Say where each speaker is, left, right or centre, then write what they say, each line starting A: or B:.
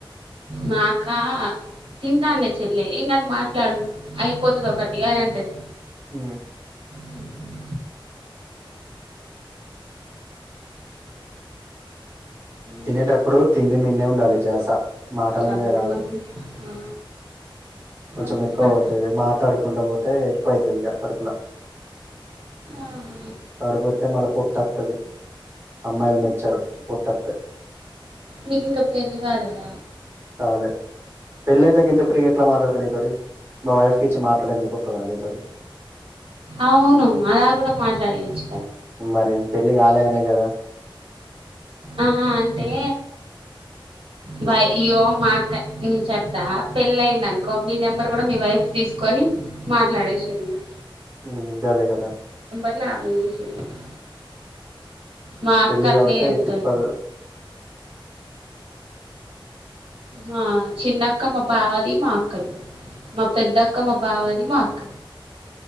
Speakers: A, on the right; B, on the right.
A: నాక తింటాన్నే చెల్లేె ఏం కాదు మాట్లాడు అయిపోతది ఒకటి అని అంటది
B: ఊ
A: హ్మ్. హ్మ్.
B: తినేటప్పుడు
A: ఇంకా
B: తిండి మిందే ఉండాలి ద్యాస మాటల
A: అమ్మో!
B: మీద కాదు
A: ఆ
B: కొంచెం
A: ఆహా!
B: ఎక్కువ అవుతది మాట్లాడుకుంట పోతే ఎక్కువ అయీతది ఇక కడుపులా
A: ఆహా!
B: కడుపోతే మల్ల పొట్టవత్తది అమ్మాయిలు మెచ్చారు పోటోతే
A: మీకు ఇంకా పెళ్లి కాలేద
B: పెళ్లి కాలే పెళ్ళైతే గింత ఫ్రీగా ఎట్లా మాట్లాడతా నీతోటి మా వైఫ్ కి ఇచ్చి మాట్లాడ అని <unintelligible> పోయన నీతోటి
A: అవును అలా కూడ మాట్లాడియొచ్చు
B: మరి పెళ్లికాలే అనే కదా
A: ఆహా అంటే బాయ్ ఇగొ మాట నేను చెప్తా పెళ్ళఅయింది అనుకో మీ నెంబర్ కూడ మీ వైఫ్ తీసుకొని మాట్లాడే <unintelligible>
B: ఉ గదే కదా
A: <unintelligible> మా అక్క
B: పెళ్లి
A: అట్నే చేత్తది.
B: <unintelligible>
A: మా చిన్నక్క మా బావది మా అక్కది మా పెద్దక్క మా బావది మా అక్